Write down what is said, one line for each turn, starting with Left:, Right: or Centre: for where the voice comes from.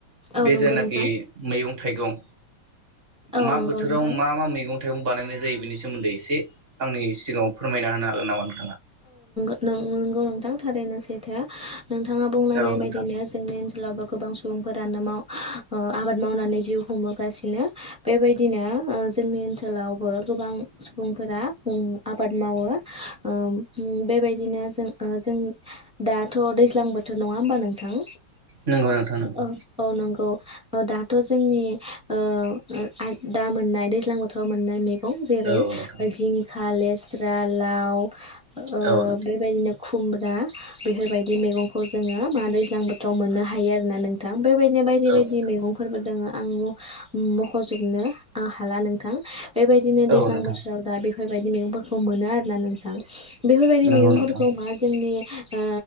Centre: औ
Right: बे
Centre: नंगौ
Right: जायनाखि
Centre: नोंथां
Right: मैगं थाइगं
Centre: औ
Right: मा
Centre: नंगौ
Right: बोथोराव
Centre: नोंथां
Right: मा-मा मैगं थायाव बानायनाय जायो बिनि सोमोन्दै एसे आंनि सिगाङाव फोरमायना होनो हागोन नामा नों
Centre: नों नोंगौ नोंथां थारैनो सैथो नोंथाङा बुंलांनाय
Right: औ नोंथां
Centre: बायदिनो जोंनि ओनसोलावबो गोबां सुबुं फोरानो माव ओ आबाद मावनानै जिउ खुंबोगासिनो बेबायदिनो ओ जोंनि ओनसोलावबो गोबां सुबुंफोरा ओ आबाद मावो ओ उम बेबायदिनो जों ओ जों दाथ' दैज्लां बोथोर नङा होमबा नोंथां
Right: नंगौ नोंथां नंगौ
Centre: औ औ नंगौ औ दाथ' जोंनि ओ आ दा मोननाय दैज्लां बोथोराव मोननाय मे गं जेरै
Right: औ नोंथां
Centre: जिं खा लेस्रा लाव ओ
Right: औ नोंथां
Centre: बेबायदिनो खुमब्रा बेफोरबायदि मैगंखौ जोङो मा दैज्लां बोथोराव मोननो हायो आरोना नोंथां बेबायदिनो बायदि
Right: औ
Centre: बायदि
Right: नोंथां
Centre: मैगंफोरबो दोङो आं म मख'जोबनो आ हाला नोंथां बेबायदिनो दैज्लां
Right: औ नोंथां
Centre: बोथोराव दा बे फोरबायदि मैगंफोरखौ मोनो आरोना नोंथां बेफोरबायदि
Right: नंगौ
Centre: मैगंफोरखौ
Right: नोंथां
Centre: मा जोंनि ओ